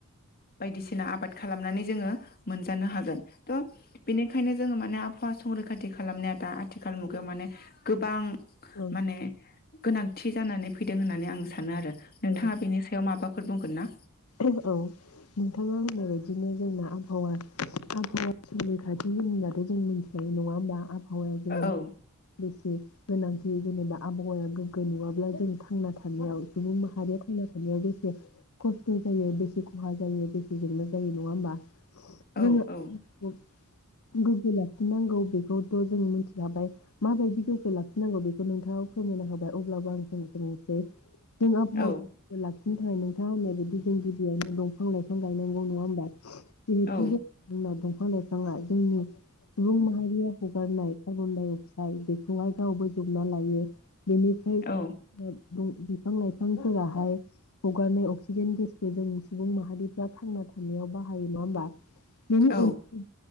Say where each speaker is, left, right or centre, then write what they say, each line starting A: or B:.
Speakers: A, on the left; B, on the left.
A: बायदिसि सिना आबाद खालामनानै जोङो मोनजानो हागोन। थ' बिनि खायनो जोङो माने आबहावा संरैखाथि खालामनाया दा आथिखाल मुगायाव माने गोबां
B: औ
A: माने गोनांथि जानानै फैदों होननानै आं सानो आरो। नोंथाङा
B: औ
A: बेनि सायाव माबा फोर बुंगोन ना?
B: औ नोंथाङा होननायबायदिनो जोंना आबहावा आबहावा संरैखाथि होनब्लाथ' जों मिथिखायो नङा होमबा? आबहावाया जोंनि
A: औ
B: बेसे गोनांथि जेनेबा आबहावाया गोग्गो नङाब्ला जों थांना थानायाव सुबुं माहारिया थांना थानायाव बेसे ख स्थ' जायो बेसे खहा जायो बेसे जेंना जायो नङा होमबा? जोङो
A: औ
B: आबहावाखौ
A: औ
B: गोग्गो लाखिनांगौ बे बेखौथ' जों मिथिखाबाय माबायदि गोग्गो लाखिनांगौ बेखौ नोंथाङा फोरमायना होबाय अब्लाबो आं फंनोसो बुंनोसै जों आबहावाखौ
A: औ
B: गोग्गो लाखिनो नो थाखाय नोंथांङा होन्नाय बायदि औ बिफां गायनांगौ नङा होमबा <unintelligible>
A: औ
B: दं बिफां लायफाङा जोंनि सुबुं माहारिया ह गारनाय कार्बन डाइ अक्साइड बेखौहाय गाव बोजबना लायो। बेनिफ्राय
A: औ
B: ओ बिफां लाइफांफोराहाय हगारनाय अक्सि जेन गेसखौ जों सुबुं माहारिफ्रा थांना थानायाव बाहायो नङा होमबा? <unintelligible>
A: औ